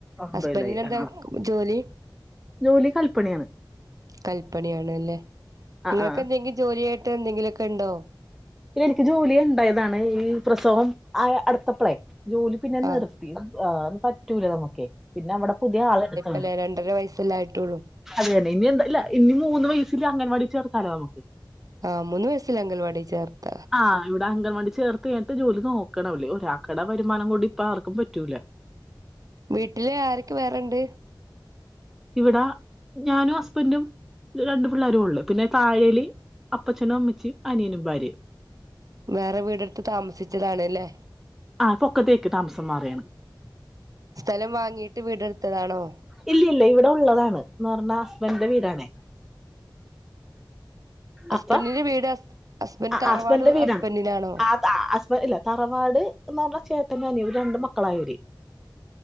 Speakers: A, in the centre; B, on the right.
A: ഒമ്പതിലായി
B: ഹസ്ബന്ഡന് എന്താ
A: ആ
B: ജോലി
A: ജോലി കല്പ്പണിയാണ്
B: കല്പ്പണി ആണ് അല്ലേ
A: ആ
B: നിങ്ങക്ക്
A: ആ
B: എന്തെങ്കിലും ജോലിയായിട്ട് എന്തെങ്കിലുമൊക്കെ ഉണ്ടോ
A: പിന്നെ എനിക്ക് ജോലി ഉണ്ടായതാണ് ഈ പ്രസവം ആഹ് അടുത്തപഴേ ജോലി പിന്നെ
B: ആഹ്
A: നിർത്തി പറ്റൂലേ നമ്മുക്കെ പിന്നെ അവിടെ പുതിയ ആള എടുത്ത
B: അല്ലേ രണ്ടര വയസ്സല്ലായിട്ടുള്ളൂ
A: അതെ തന്നെ ഇനി എന്താ ഇല്ല ഇനി മൂന്ന് വയസ്സിൽ അംഗൻവാടി ചേർത്താലോ നമുക്ക്
B: ആഹ് മൂന്ന് വയസ്സൽ അംഗങ്കൽവാടി ചേർത്ത
A: ആഹ് ഇവിടെ അൻവാണ്ടി ചേർത്ത് കഴിഞ്ഞിട്ട ജോലി നോക്കണല്ലേ ഒരാൾകട വരുമാനം കൊണ്ട്ടി ഇപ്പം ആർക്കും പറ്റൂല
B: വീട്ടില് ആരൊക്ക വേറെണ്ട്
A: ഇവിട ഞാനും ഹസ്ബൻ്റും രണ്ടു പിള്ളേരു ഉള്ളു പിന്നെ താഴേൽ അപ്പച്ചനും അമ്മച്ചിയും അനിയനും ഭാര്യയും
B: വേറെ വീടെടുത്ത് താമസിച്ചതാണല്ലേ
A: ആഹ് പൊക്കത്തേക്ക് താമസം മാറുകയാണ്
B: സ്ഥലം വാങ്ങിട്ട് വീടെടുത്തതാണോ
A: ഇല്ലില്ല ഇവ്ടൊള്ളതാണ് ന്നൊർഞ്ഞാ സ്ബന്റെ വീടാണെ അപ്പൊ
B: ബന്റിന്റെ വീട് ഹസ് ഹസ്ബൻ്റ് തറവാട്
A: ഹസ്ബൻഡന്റെ വീടാണ്
B: ഹസ്ബൻ്റിനാണോ
A: ആ ഹസ്ബൻറ് ഇല്ല തറവാട് ന്ന് പർഞ്ഞ ചേട്ടനു അനിയന് രണ്ട് മക്കളായിവര്